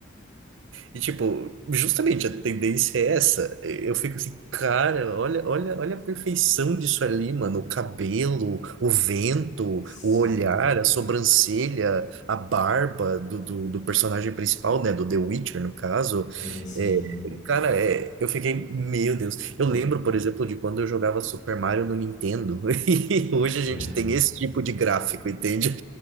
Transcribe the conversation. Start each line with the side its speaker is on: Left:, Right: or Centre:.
Right: E, tipo, justamente a tendência é essa. Eu fico assim, cara, olha, olha, olha a perfeição disso ali, mano. O cabelo, o vento,
Left: Sim,
Right: o olhar, a sobrancelha, a barba do, do, do personagem principal, né? Do The Witcher, no caso.
Left: sim, sim.
Right: É, cara, é, eu fiquei, meu Deus. Eu
Left: Uhum.
Right: lembro, por exemplo, de quando eu jogava Super Mario no Nintendo. <laughs> E hoje a gente
Left: <laughs>
Right: tem esse tipo de gráfico, entende?